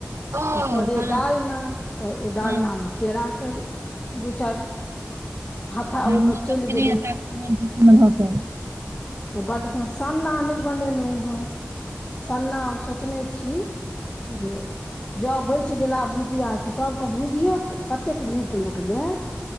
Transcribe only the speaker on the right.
ओ
हँ
हँ
ब्राह्मणो
सब
<unintelligible>